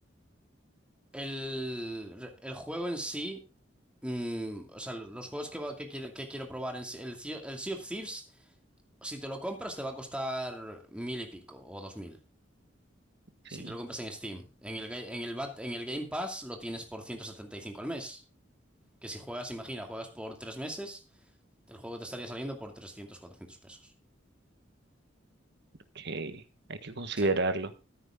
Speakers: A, in the centre; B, on the right.
A: el, el juego en sí, mm, o sea, los juegos que, va- que, quiero, que quiero probar en sí, el, Sea- el Sea of Thieves, si te lo compras te va a costar mil y pico o dos mil. Si
B: Sí,
A: te lo compras en Steam, en el, ga- en el, Bat- en el Game Pass lo tienes por 175 al mes. Que si juegas, imagina, juegas por tres meses, el juego te estaría saliendo por trescientos cuatrocientos pesos.
B: ok, hay que considerarlo.
A: O sea,